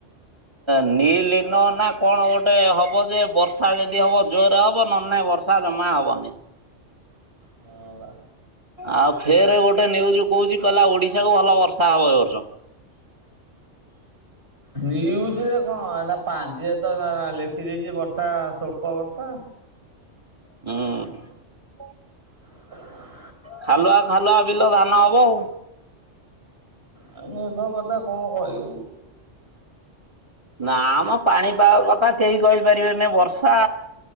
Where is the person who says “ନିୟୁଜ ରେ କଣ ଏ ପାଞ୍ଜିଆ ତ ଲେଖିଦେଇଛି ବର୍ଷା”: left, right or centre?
Right